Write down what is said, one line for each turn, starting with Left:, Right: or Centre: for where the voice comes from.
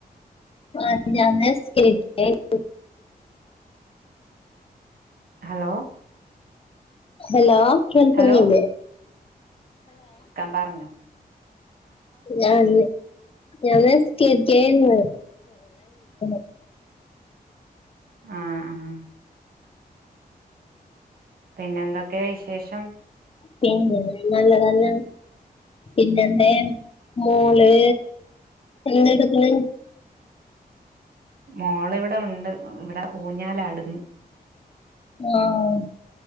Left: ആഹ് ഞാൻ <unintelligible>
Right: ഹലോ?
Left: ഹലോ കേൾക്കുന്നില്ലേ?
Right: ഹലോ പറഞ്ഞൊ.
Left: ഞാൻ ഞാ നിസ്കര്ച്ചേര്ന്ന് <unintelligible>
Right: ആഹ് ആഹ്. പിന്നെ എന്തൊക്കെ വിശേഷം.
Left: പിന്നെ നല്ലതന്നെ. പിന്നെന്നെ മോള് ദേട്ക്ക്ണ്
Right: മോളിവിടെ ഉണ്ട് ഇവിടെ ഊഞ്ഞാലാടുന്ന്.
Left: ആഹ്